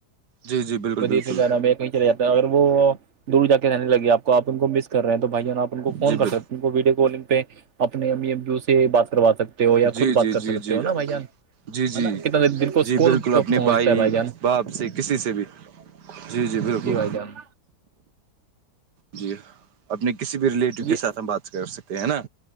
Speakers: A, on the right; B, on the right.
A: جی جی بالکل
B: وز
A: بالکل
B: سے کہا میں کہیں چلے جاتا اگر وہ دور جا کے رہنے لگے آپ کو آپ ان کو مس کر رہ ہیں تو بھائ جان آپ ان کو فون
A: جی
B: کر
A: ب
B: سکتے ہیں کو ویڈیو کالنگ پہ اپنے امی ابو سے بات کروا سکتے ہو یا خود
A: جی
B: بات
A: جی
B: کر
A: جی
B: سکتے
A: جی
B: ہو نا بھائی جان
A: جی جی
B: ہے نا کتنا دل کو سکون
A: جی بالکل
B: پہنچتا
A: اپنے بھائی
B: ہے جان
A: باپ سے کسی سے بھی جی جی بالکل
B: بھائی جان
A: جی اپنے کسی بھی ریلیٹو کے
B: جی
A: ساتھ ہم بات کر سکتے ہیں نا